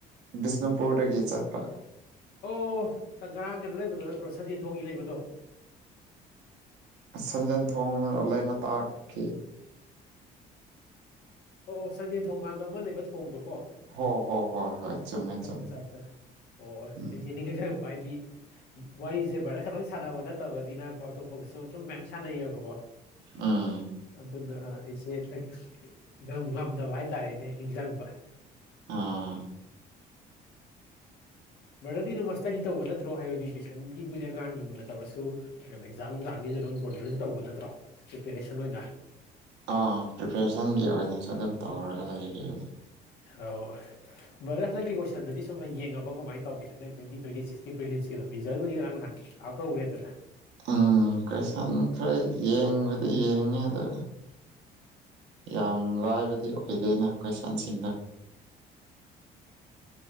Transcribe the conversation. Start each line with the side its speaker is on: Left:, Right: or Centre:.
Right: ꯕꯤꯁꯅꯨꯄꯨꯔꯗꯒꯤ ꯆꯠꯄ
Left: ꯑꯣ ꯉꯔꯥꯡ ꯀꯩꯅꯣ ꯂꯩꯕꯗꯣ ꯅꯠꯇ꯭ꯔꯣ ꯁꯟꯖꯦꯟ ꯊꯣꯡꯒꯤ ꯂꯩꯕꯗꯣ꯫
Right: ꯁꯟꯖꯦꯟ ꯊꯣꯡꯅ ꯂꯩꯃꯇꯥꯛꯀꯤ꯫
Left: ꯑꯣ ꯑꯣ ꯁꯟꯖꯦꯟ ꯊꯣꯡ ꯃꯥꯟꯕ ꯑꯃ ꯂꯩꯕ ꯊꯣꯡꯗꯣꯀꯣ
Right: ꯍꯣ ꯍꯣ ꯍꯣꯏ ꯍꯣꯏ ꯆꯨꯝꯃꯦ ꯆꯨꯝꯃꯦ
Left: ꯑꯠꯆꯥ ꯑꯠꯆꯥ
Right: ꯎꯝ
Left: ꯑꯩꯗꯤ꯫ <unintelligible> ꯍꯥꯏꯗꯤ ꯋꯥꯔꯤꯁꯦ ꯕ꯭ꯔꯗꯔ ꯈꯛꯇꯪ ꯁꯥꯟꯅꯕ ꯅꯠꯇꯕꯅꯤꯅ꯫ ꯑꯇꯣꯞꯄꯒꯁꯨ ꯁꯨꯝ ꯃꯌꯥꯝ ꯁꯥꯟꯅꯩꯌꯦꯕꯀꯣ꯫
Right: ꯎꯝ
Left: ꯑꯗꯨꯅ ꯑꯩꯁꯦ ꯇꯪ ꯒꯝ ꯒꯝꯗꯕ ꯍꯥꯏꯇꯥꯔꯦꯅꯦ ꯅꯤꯡꯖꯪꯕ꯫
Right: ꯑꯥ꯫
Left: ꯕ꯭ꯔꯗꯔꯗꯤ ꯑꯗꯨꯝꯃ ꯏꯁ꯭ꯇꯗꯤ ꯇꯧꯕ ꯅꯠꯇ꯭ꯔꯣ ꯍꯥꯏꯕꯗꯤ ꯇꯨꯏꯁꯟꯒꯤꯕꯨꯗꯤ ꯑꯉꯥꯡꯒꯤ ꯃꯨꯟꯅ ꯇꯧꯔꯁꯨ ꯑꯦꯛꯖꯥꯝ ꯅꯨꯡꯖꯥꯝꯒꯤꯁꯨ ꯑꯗꯨꯝ ꯕ꯭ꯔꯗꯔꯁꯨ ꯇꯧꯕ ꯅꯠꯇ꯭ꯔꯣ ꯄ꯭ꯔꯤꯄꯦꯔꯦꯁꯟ ꯑꯣꯏꯅ꯫
Right: ꯑꯥ ꯄ꯭ꯔꯤꯄꯦꯔꯦꯁꯟꯒꯤ ꯑꯣꯏꯅꯁꯨ ꯑꯗꯨꯝ ꯇꯧꯔꯒ ꯂꯩꯔꯤꯅ꯫
Left: ꯑꯧ ꯕ꯭ꯔꯗꯔ ꯍꯟꯗꯛꯀꯤ ꯀꯣꯏꯁꯟꯗꯨꯗꯤ ꯁꯨꯝ ꯌꯦꯡꯉꯕ ꯀꯃꯥꯏ ꯇꯧꯒꯦ ꯅꯣꯏ ꯇꯣꯏꯟꯇꯤ ꯇꯣꯏꯟꯇꯤꯁꯤꯛꯁꯀꯤ ꯄ꯭ꯔꯤꯂꯤꯝꯁꯀꯤꯗꯣ ꯔꯤꯖꯜꯕꯨꯗꯤ ꯅꯍꯥꯟ ꯑꯥꯎꯠ ꯇꯧꯈ꯭ꯔꯦꯗꯅ꯫
Right: ꯎꯝ ꯀꯣꯏꯁꯟ ꯈꯔ ꯌꯦꯡꯕꯗꯤ ꯌꯦꯡꯉꯤ ꯑꯗꯨ ꯌꯥꯝ ꯂꯥꯏꯕꯗꯤ ꯑꯣꯏꯗꯦꯅ ꯀꯣꯏꯁꯟꯁꯤꯡꯗꯣ꯫